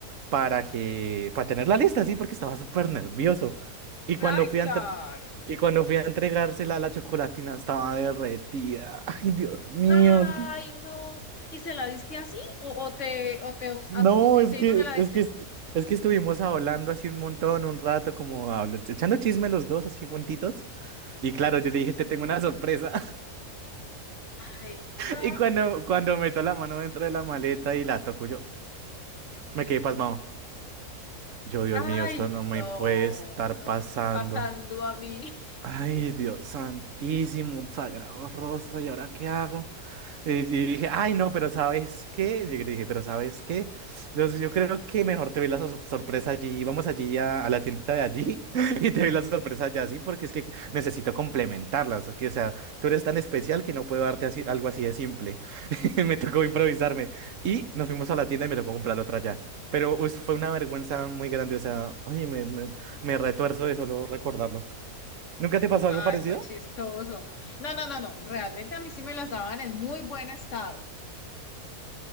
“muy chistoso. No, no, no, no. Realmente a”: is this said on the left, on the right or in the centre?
Left